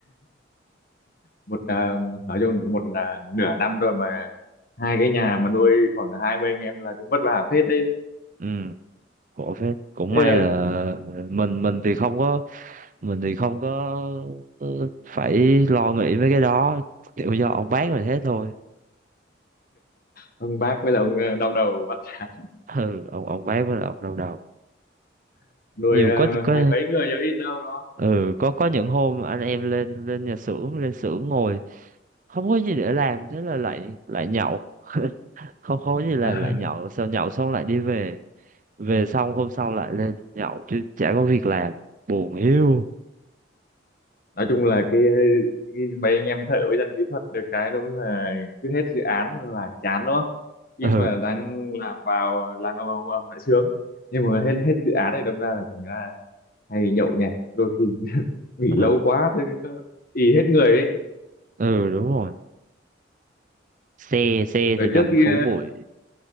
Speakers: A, on the left; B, on the right.
A: một ờ, nói chung một là nửa năm rồi mà hai cái nhà mà nuôi khoảng 20 anh em là cũng vất vả phết đấy
B: ừ khổ phết cũng
A: thế
B: may
A: là
B: là mình mình thì không có mình thì không có ờ, phải lo nghĩ mấy cái đó kiểu do ông bác mình hết thôi
A: ông bác với là ông ờ, đau đầu vắt chán
B: ừ ông ông bác với là ông đau đầu
A: <laughs> nuôi
B: nhiều
A: ờ,
B: có có
A: hai mấy người chứ ít đâu đúng
B: ừ có có những hôm anh em lên lên nhà xưởng lên xưởng ngồi không có gì để làm thế là lại lại nhậu không không có gì là
A: không
B: lại nhậu sau nhậu xong lại đi về về xong hôm sau lại lên nhậu chứ chả có việc làm buồn hiu
A: nói chung là cái, cái mấy anh em thợ với dân kỹ thuật được cái đúng là cứ hết dự án là chán đúng không nhưng
B: ừ
A: mà đang làm vào làm ầm ầm ầm lại sướng nhưng mà hết hết dự án này đâm ra là thành ra hay nhậu nhẹt đôi khi <laughs> nghỉ
B: ừ
A: lâu quá thì nó ì hết người ấy
B: ừ đúng rồi xe xe
A: Ở
B: thì nằm
A: trước khi
B: phố bụi